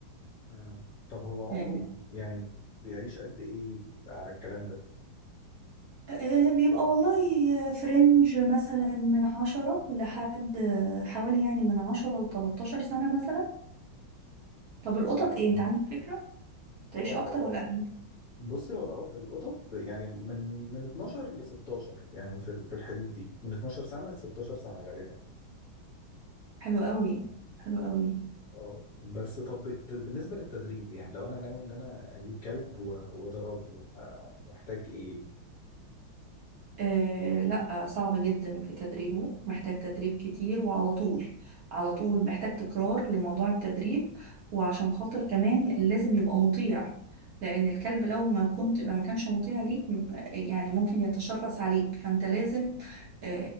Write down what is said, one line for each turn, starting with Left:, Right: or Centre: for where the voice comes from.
Left: مم. طب هو عمره
Right: آه،
Left: يعني بيعيش قد ايه على الكلام ده؟
Right: آه، بيبقى والله فرنج مثلا من عشرة لحد آه، حوالي يعني من عشرة لتلتاشر سنة مثلا طب القطط
Left: ده-
Right: ايه انت عندك فكرة تعيش
Left: اه
Right: اكتر ولا
Left: يعني
Right: اقل
Left: بصي هو العو- القطط يعني من من 12 ل 16 يعني في ال- في الحدود دي من 12 سنة ل 16 سنة غالبا
Right: حلو قوي حلو قوي
Left: اه بس طب بت- بالنسبة للتدريب يعني لو انا ناوي ان انا اجيب كلب و- وادربه ه- محتاج ايه
Right: آه لا صعب جدا في تدريبه محتاج تدريب كتير وعلى طول على طول محتاج تكرار لموضوع التدريب وعشان خاطر كمان لازم يبقى مطيع لان الكلب لو ما كنت لما كانش مطيع ليك م- يعني ممكن يتشرس عليك فانت لازم آه